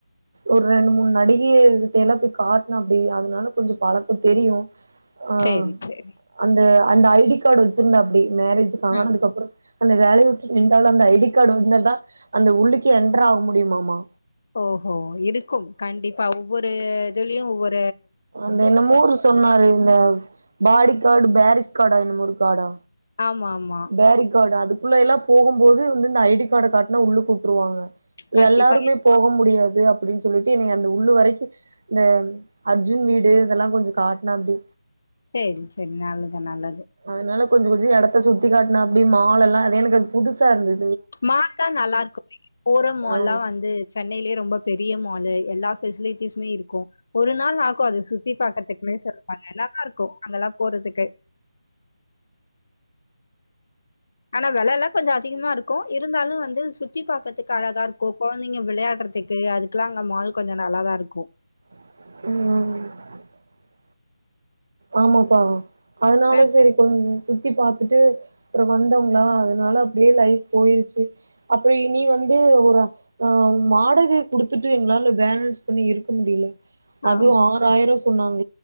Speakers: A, on the right; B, on the left.
A: ஒரு ரெண்டு மூணு நடிகையல் கிட்டேலா போய் காட்னு அப்டி அதனால கொஞ்சோ பழக்கோ தெரியும் அ
B: சரி, சரி.
A: அந்த அந்த ஐடி கார்டு வச்சிருந்த அப்டி மேரே ஜானதுக்கு
B: ம்.
A: அப்றொ அந்த வேலைய வுட்டு நின்டாலும் அந்த ஐடி கார்டு வந்த தா அந்த உள்ளுக்கு என்டர் ஆக முடியுமாமா
B: ஓஹோ இருக்கும் கண்டிப்பா ஒவ்வொரு இதுலியு ஒவ்வொர்
A: அந்த என்னமோரு சொன்னாரு இந்த பாடி கார்டு பேரிஸ் கார்டா என்னமோ ஒரு கார்டா
B: ஆமாமா.
A: பேரி கார்டு அதுக் குள்ள எல்லா போகும்போது வந்து இந்த ஐடி கார்ட காார்ட்னா உள்ளு கூட்டுருவாங்க
B: கண்டிப்பா.
A: எல்லாருமே போக முடியாது அப்டினு சொல்லிட்டு என்னைய அந்த உள்ளு வரைக்கும் இந்த அர்ஜுன் வீடு இதெல்லா கொஞ்சோ காட்னா அப்டி
B: செரி சரி நல்லது நல்ல
A: அதனால கொஞ்சோ கொஞ்சோ எடத்த சுத்தி காட்னா அப்டி மால் எல்லா அது எனக்கு அது புதுசா இருந்து
B: மால் தா நல்லா இருக்கும் ஃபோர்ரோ மால்லா
A: ஆ
B: வந்து சென்னையிலே ரொம்ப பெரிய மாலு எல்லா பெசிலிட்டிஸ்மே இருக்கும் ஒரு நாள் ஆகும் அது சுத்தி பாக்கறதுக்குமே சொல்லுவாங்க நல்லாதா இருக்கும் அங்கெல்லா போற துக்கு ஆனா வெல எல்லா கொஞ்ச அதிகமா இருக்கும் இருந்தாலும் வந்து சுத்தி பாக்கதுக்கு அழகா இருக்கும் கொழந்தைங்க விளையாட றதுக்கு அதுக்கெல்லா அங்க மால் கொஞ்சோ நல்லாதா இருக்கும்
A: ம் ஆமாப்பா அதனால
B: கண்
A: சரி கொன் சுத்தி பாத்துட்டு அப்புறோ வந்தோம்ங்களா அதனால அப்டியே லைஃப் போயிருச்சு அப்புற இனி வந் து ஒரு அ மாடகை குடுத்துட்டு எங்களால பேலன்ஸ் பண்ணி இருக்க முடியல
B: ஆ
A: அது ஆறாயிரோ சொன்னாங்க